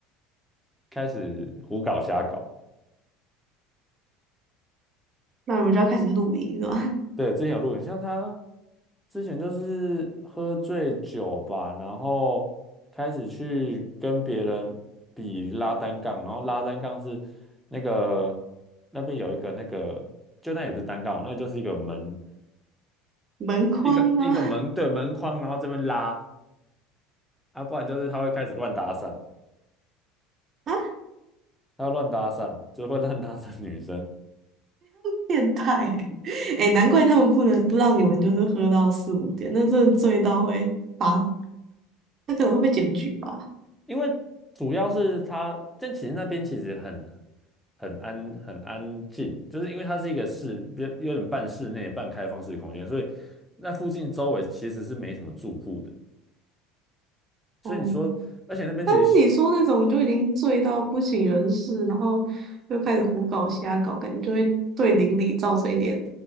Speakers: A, in the centre; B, on the right (about 35°).
A: 开始胡搞瞎搞，
B: 那我们就要开始录音了，
A: 对，之前有录影，像他之前就是喝醉酒吧，然后开始去跟别人比拉单杠，然后拉单杠是那个那边有一个那个，就那也不是单杠，那个就是一个门，
B: <laughs> 门框吗？
A: 一个一个门，
B: <laughs>
A: 对，门框，然后这边拉，啊，不然就是他会开始乱搭讪，
B: 啊？
A: 他会乱搭讪，就是会乱搭讪女生，
B: 变态欸！<laughs> 哎、难怪他们不能不让你们就是喝到四五点，那真的醉到会发，那可能会被检举吧。
A: 因为主要是它，但其实那边其实很很安很安静，就是因为它是一个室，比较有点半室内半开放式空间，所以那附近周围其实是没什么住户的。所以你说，
B: 哦、
A: 而且那边其实是
B: 当你说那种就已经醉到不省人事，然后又开始胡搞瞎搞，感觉就会对邻里造成一点